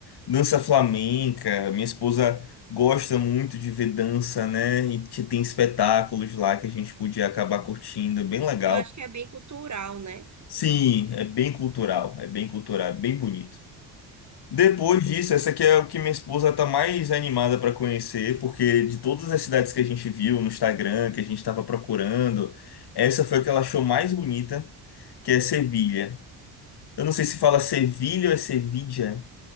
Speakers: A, on the left (about 55°); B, on the right (about 35°).
A: Dança flamenca, minha esposa gosta muito de ver dança, né? E te- tem espetáculos lá que a gente podia acabar curtindo, é bem legal.
B: Eu acho que é bem cultural, né?
A: Sim, é bem cultural, é bem cultural, é bem bonito. Depois disso, essa aqui é o que minha esposa está mais animada para conhecer, porque de todas as cidades que a gente viu no Instagram, que a gente estava procurando, essa foi a que ela achou mais bonita, que é Sevilha. Eu não sei se fala Sevilha ou é Sevilha,